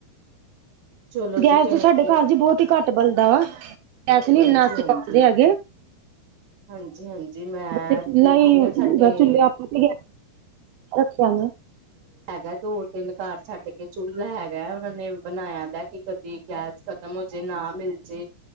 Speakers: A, on the right; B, on the right.
A: ਚਲੋ ਜੀ
B: ਗੈਸ
A: ਫੇਰ
B: ਤੋਂ ਸਾਡੇ
A: ਤੇ
B: ਘਰ ਚ ਬਹੁਤ ਹੀ ਘੱਟ ਬਲਦਾ ਵਾ। ਪੈਸੇ ਨੀ
A: ਹਾਂਜੀ
B: ਇੰਨਾ ਅਸੀਂ
A: ਹਾਂਜੀ
B: ਪਟਦੇ ਹੈਗੇ।
A: ਹਾਂਜੀ ਹਾਂਜੀ ਮੈਂ
B: ਉਥੇ ਚੁੱਲਾ
A: ਦੇਖਦੀ
B: ਹੀ
A: ਹਾਂ
B: <inaudible> ਤੁਸੀ
A: ਸਾਡੇ
B: ਰੱਖਿਆ ਨਾ।
A: ਹੈਗਾ ਦੋ ਤਿੰਨ ਘਰ ਛੱਡ ਕੇ ਚੁੱਲ੍ਹਾ ਹੈਗਾ ਉਹਨਾ ਨੇ ਬਣਾਇਆ ਦਾ ਕਿ ਕਦੀ। ਗੈਸ ਖਤਮ ਹੋਜੇ ਨਾ ਮਿਲਜੇ।